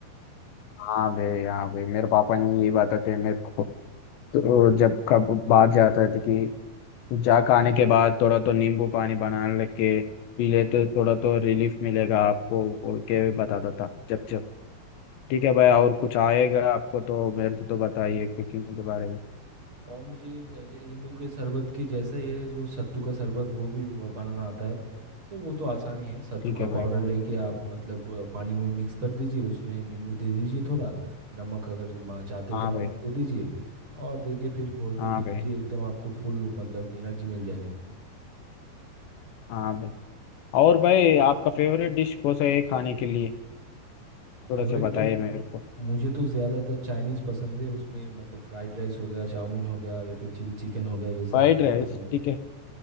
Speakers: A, on the left (about 75°); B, on the right (about 30°).
A: हाँ भाई हाँ भाई मेरे पापा ने यही बताते हैं मेरे को तो जब कब बाहर जाता था कि जा के आने के बाद थोड़ा तो नींबू पानी बना लेके पी लेते थोड़ा तो रिलीफ मिलेगा आपको बोल के बताता था जब जब ठीक है भाई और कुछ आएगा आपको तो मेरे को तो बताइए कुकिंग के बारे में
B: और मुझे अ, ये नींबू के शरबत के जैसा ही है जो सत्तू का शरबत वो भी ब- बनाना आता है तो वो तो आसानी है सत्तू
A: ठीक
B: का
A: है
B: पाउडर
A: भाई
B: लेके आप मतलब अ, पानी में मिक्स कर दीजिए उसमें नींबू दे दीजिए थोड़ा नमक अगर मा- चाहते
A: हाँ
B: तो नमक
A: भाई
B: दे दीजिए और देखिए फिर घोल के
A: हाँ
B: पी लीजिए
A: भाई
B: एकदम आपको फुल मतलब एनर्जी मिल जाएगा
A: हाँ भाई और भाई आपका फेवरेट डिश कौन सा है खाने के लिए थोड़ा
B: फेवरेट
A: सा बताइए
B: तो म-
A: मेरे को
B: मुझे तो ज़्यादातर चाइनीज़ पसंद है उसमें मतलब फ्राइड राइस हो गया चाउमीन हो गया या फिर चिली चिकन हो गया ये
A: फ्राइड
B: सब ज़्यादा
A: राइस
B: पसंद है
A: ठीक है